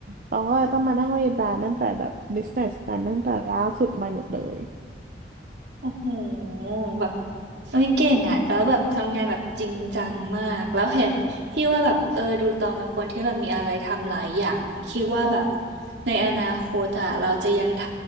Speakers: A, on the right; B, on the right.
A: ตองก็เลยต้องมานั่งรีแบรนด์ตั้งแต่แบบ business plan ตั้งแต่ล่าสุดใหม่หมดเลย
B: โอ้โหแบบเอ้ยเก่งอ่ะแล้วแบบทำงานแบบจริงจังมากแล้วเห็นพี่ว่าแบบเออดูตองเป็นคนที่แบบมีอะไรทำหลายอย่างคิดว่าแบบในอนาคตอ่ะเราจะยังท